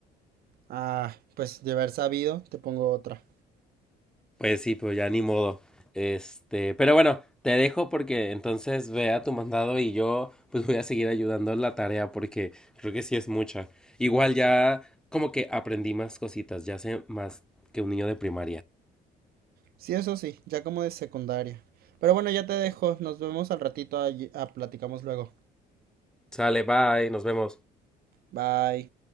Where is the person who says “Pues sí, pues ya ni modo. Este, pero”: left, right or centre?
Centre